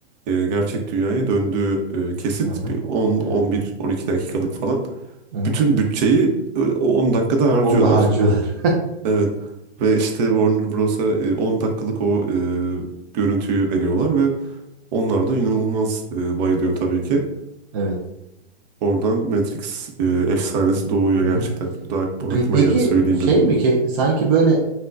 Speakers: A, on the right; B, on the right.
A: e, gerçek dünyaya döndüğü e, kesit
B: Hı hı.
A: bir on on
B: Evet.
A: bir on iki dakikalık falan.
B: Hı hı.
A: Bütün bütçeyi e, o 10 dakikada harcıyorlar.
B: Orada harcıyorlar.
A: Evet ve işte Warner Bros'a e, 10 dakikalık o e, görüntüyü veriyorlar ve onlar da inanılmaz e, bayılıyor tabii ki.
B: <laughs> Evet.
A: Oradan Matrix e, efsanesi doğuyor
B: Hı
A: gerçekten.
B: hı.
A: Bu da ak- bu
B: Pe-
A: aklıma
B: Peki
A: geldi söyleyeyim
B: şey
A: dedim.
B: mi ki sanki böyle